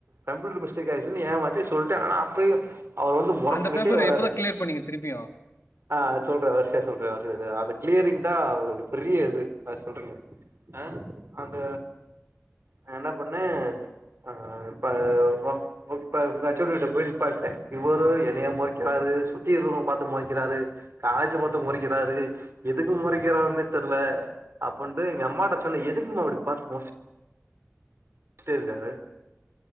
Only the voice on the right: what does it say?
கம்ப்யூட்டர் மிஸ்டேக் ஆயிச்சுன்னு ஏமாத்தி சொல்ட்டே ஆ ஆனா அப்பையு அவரு வந்து மொறச்சுக்கிட்டே
வராரு
ஆ சொல்றே வருசையா சொல்றே வருசையா சொல் அந்த க்ளியரிங் தா ஒரு பெரிய இது அ சொல்றங்க ஆ அந்த நா என்ன பண் ணே ஆ இப்ப போ ப்ப இவர ஹச் ஓடிட்ட போயி நிப்பாட்டிட்டே இவரு என்னைய மொறக்கிறாரு சுத்தி இருக்குறவுங்கள பாத்து மொறக்கிறாரு. காலேஜ்ஜ பாத்து மொறக்கிறாரு எதுக்கு மொறக்கிறாருன்னே தெர்ல அப்புன்டு எங்க அம்மாட்ட சொன்னே எதுக்கும்மா இவரு இப்ப பாத்து மொறச்சுட்டே இருக்காரு